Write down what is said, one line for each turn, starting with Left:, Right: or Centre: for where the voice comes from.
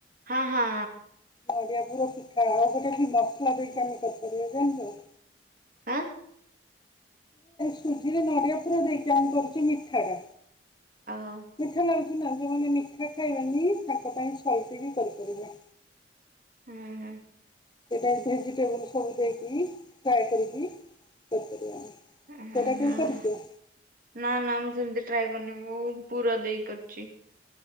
Right: ହଁ ହଁ।
Left: ନଡ଼ିଆ ପୁର ପିଠା ଆଉ ଗୋଟେ କି ମସଲା ଦେଇକି ଆମେ କରିପାରିବା ଯେମତି ଆଉ
Right: ହଁ
Left: ସୁଜିରେ ନଡିଆ ପୁରରେ ଦେଇକି ଆମ କରୁଛୁ ମିଠା ଟା
Right: ଆଉ
Left: ମିଠା ଲା ଥିଲା ଯୋଉମାନେ ମିଠା ଖାଇବାନି ତାଙ୍କ ପାଇଁ ସଲଟି ବି କରିପାରିବା
Right: ହୁଁ ହୁଁ।
Left: ସେଇଟା ଭେଜିଟେବୁଲ ସବୁ ଦେଇକି ଫ୍ରାଏ କରିକି କରିପାରିବା ଆମେ। ସେଇଟା
Right: ଆ ହ୍ନା
Left: କେବେ
Right: ହୁଁ
Left: କରିଛ
Right: ନା ନା ମୁଁ ସେମିତ ଟ୍ରାଏ କରନି ମୁଁ ପୁର ଦେଇ କରଛି।